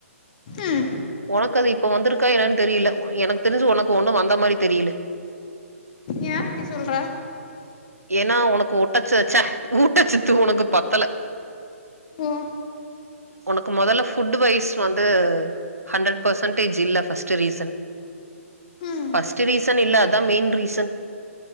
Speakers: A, on the left (about 35°); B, on the right (about 85°).
A: ஆஹ
B: உனக்கு அது இப்ப வந்துருக்கு கா என்னன்னு தெரியல எனக்கு தெரிஞ்சு உனக்கு ஒண்ணும் வந்த மாதிரி தெரியல
A: ஏன் அப்படி சொல்ற
B: ஏன்னா உனக்கு ஊட்டச்ச ச்சா ஊட்டச்சத்து உனக்கு பத்தல
A: உம்
B: உனக்கு முதல்ல புட் வைஸ் வந்து ஹண்ட்ரட் பர்சன்டேஜ் இல்ல பர்ஸ்ட் ரீசன்
A: ம்
B: பர்ஸ்ட் ரீசன் இல்லதான் மெயின் ரீசன்